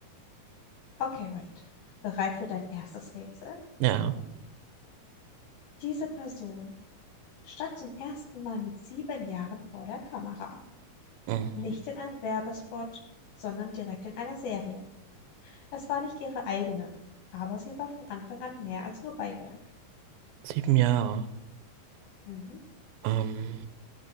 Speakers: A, on the left; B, on the right.
A: okay, Wade. Bereit für dein erstes Rätsel?
B: Ja.
A: Diese Person stand zum ersten Mal mit sieben Jahren vor der Kamera.
B: Mhm.
A: Nicht in einem Werbespot, sondern direkt in einer Serie. Es war nicht ihre eigene, aber sie war von Anfang an mehr als nur Beiwerk.
B: Sieben Jahre.
A: Mhm.
B: Ähm,